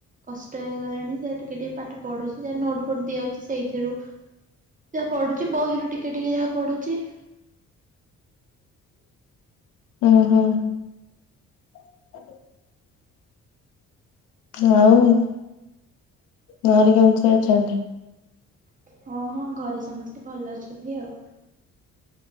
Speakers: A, on the right; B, on the left.
A: କଷ୍ଟ ହେଇଗଲାଣି ସେ ଟିକେ ଟିକେ ପାଠ ପଢୁଛି ଯ ନୋଟ ବୋଟ ଦିଆଯାଉଛି ସେଇଥିରୁ। ଯାହା ପଢୁଛି ବହିରୁ ଟିକେ ଟିକେ ଯାହା ପଢୁଛି।
B: ଓ ହୋ। <inaudible> ଆଉ ଘରେ କେମିତି ଅଛନ୍ତି।
A: ହଁ ହଁ ଘରେ ସମସ୍ତେ ଭଲ ଅଛନ୍ତି ଆଉ।